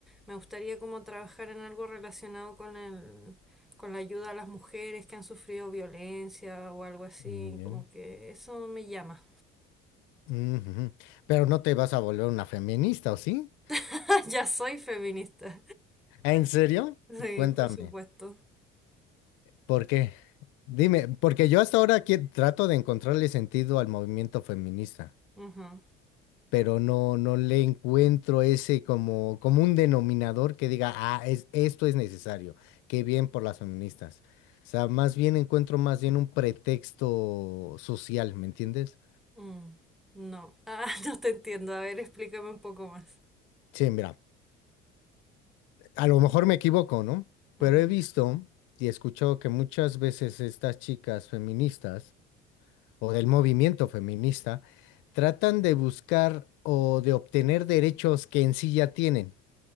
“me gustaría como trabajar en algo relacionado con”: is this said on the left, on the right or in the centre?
Centre